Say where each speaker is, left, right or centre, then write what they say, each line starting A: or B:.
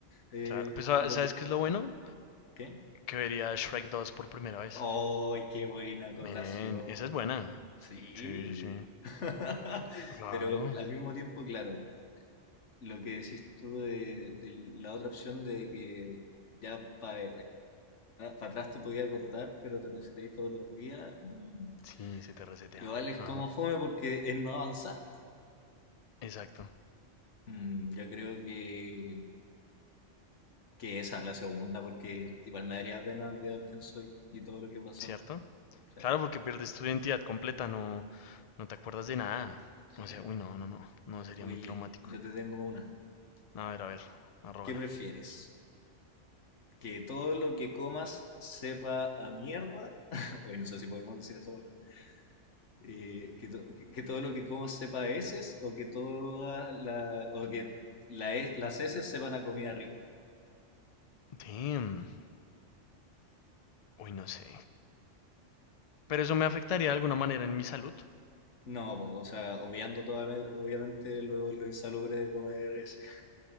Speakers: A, on the left; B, on the left.
A: eh,
B: claro. Pues,
A: lo
B: ¿sabes
A: que...
B: qué es lo bueno?
A: ¿Qué?
B: Que vería Shrek dos por primera vez.
A: ¡Ay, qué buena acotación!
B: Men, esa es buena.
A: Sí.
B: Sí, sí, sí.
A: <laughs>
B: Claro.
A: Pero al mismo tiempo, claro, lo que decís tú de, de la otra opción de que ya para atrás te podías acordar, pero te reseteáis todos los días. mm,
B: Sí, se te resetea.
A: Igual es
B: Ajá.
A: como fome porque es no avanzar. po.
B: Exacto.
A: Mm, yo creo que, que esa es la segunda, porque igual me daría pena olvidar quién soy y todo lo que he pasado.
B: ¿Cierto?
A: Sí,
B: Claro, porque pierdes tu identidad completa, no, no te acuerdas de nada.
A: sí.
B: O sea, uy, no, no, no. No sería
A: Oye,
B: muy traumático.
A: yo te tengo una.
B: A ver, a ver. Arróbala.
A: ¿Qué prefieres? ¿Que todo lo que comas sepa a mierda? <laughs> Hoy no sé si podemos decir eso palabra. Eh, que, to- que- que todo lo que comas sepa a heces o que toda la, o que la he- las heces sepan a comida rica.
B: Damn. Uy, no sé. Pero eso me afectaría de alguna manera en mi salud.
A: No, po, o sea, obviando toda, obviamente lo, lo insalubre de comer ese.